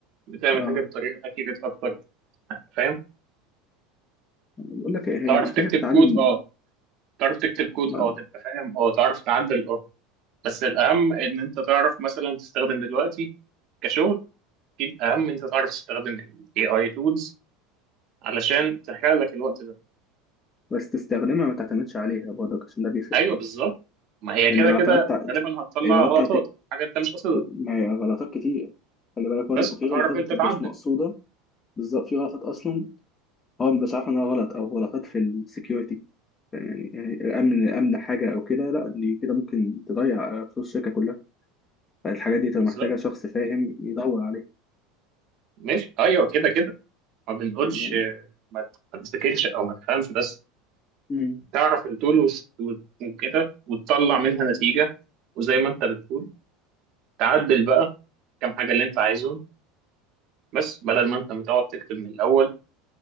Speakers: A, on the right (about 40°); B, on the left (about 20°).
A: بتعمل
B: اه
A: حاجه بطريقه اكيوريت اكتر فاهم
B: بقول لك إيه، هي
A: تعرف
B: محتاجة
A: تكتب
B: تتعلم
A: كود اه تعرف تكتب كود
B: ما-
A: اه تبقى فاهم اه تعرف تعدل اه بس الاهم ان انت تعرف مثلا تستخدم دلوقتي كشغل اكيد اهم ان انت تعرف تستخدم الاي اي تولز علشان تحرق لك الوقت ده
B: بس تستخدمها ما تعتمدش عليها برضك عشان ده بيفرق
A: ايوه بالظبط ما هي
B: لأن
A: كده
B: لو
A: كده
B: اعتمدت ع-
A: غالبا هتطلع
B: لو أنت
A: غلطات
B: هتك...
A: حاجه انت مش قاصدها
B: ما هي غلطات كتير خلي بالك برضك
A: بس
B: وفي
A: هتعرف
B: غلطات
A: انت
B: مبتبقاش
A: تعدل
B: مقصودة بالظبط في غلطات أصلا هو مبقاش عارف إنها غلط أو غلطات في السكيورتي يعني يعني الأمن الأمن حاجة أو كده لا دي كده ممكن تضيع فلوس الشركة كلها فالحاجات دي تبقى
A: بالظبط
B: محتاجة شخص فاهم يدور عليها
A: ماشي ايوه كده كده ما بنقولش
B: يعني
A: ما ت- ما تذاكرش او ما تفهمش بس
B: مم.
A: تعرف التول وس- وت- وكده وتطلع منها نتيجة وزي ما انت بتقول تعدل بقى كام حاجة اللي انت عايزهم بس بدل ما انت متقعد تكتب من الاول